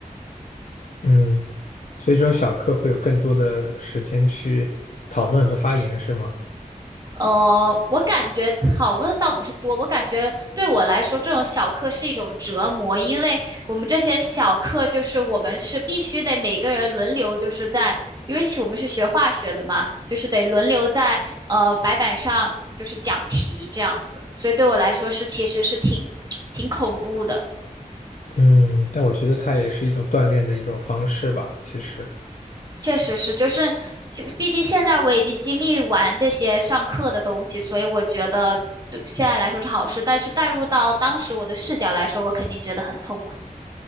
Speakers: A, on the left; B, on the right.
A: 嗯，所以这种小课会有更多的时间去讨论和发言，是吗？
B: 呃，我感觉讨论倒不是多，我感觉对我来说，这种小课是一种折磨，因为我们这些小课就是我们是必须得每个人轮流，就是在，因为我们是学化学的嘛，就是得轮流在呃白板上就是讲题这样子，所以对我来说是其实是挺 <tsk> 挺恐怖的。
A: 嗯，但我觉得它也是一种锻炼的一种方式吧，其实。
B: 确实是，就是就毕竟现在我已经经历完这些上课的东西，所以我觉得对现在来说是好事。但是带入到当时我的视角来说，我肯定觉得很痛苦。